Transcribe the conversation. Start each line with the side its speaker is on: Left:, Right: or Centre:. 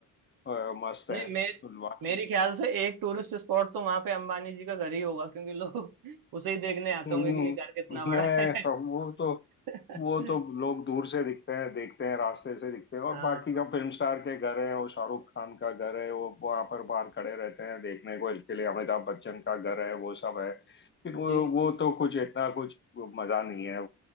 Left: अ, मस्त
Right: नहीं
Left: है
Right: मे
Left: बाकी
Right: मेरे ख्याल से एक टूरिस्ट स्पॉट तो वहाँ पे अंबानी जी का घर ही होगा क्योंकि लोग <laughs> उसे ही देखने आते
Left: हम्म,
Right: होंगे कि ये घर कितना बड़ा
Left: नहीं
Right: है
Left: वो तो
Right: <laughs>
Left: वो तो लोग दूर से दिखते हैं देखते हैं रास्ते से दिखते हैं और
Right: हाँ
Left: बाकी जो फिल्म स्टार के घर है वो शाहरुख खान का घर है वो वहां पर बाहर खड़े रहते हैं देखने को इसके लिए अमिताभ बच्चन का घर है वो सब है लेकिन वो
Right: जी जी
Left: वो तो कुछ इतना कुछ मजा नहीं है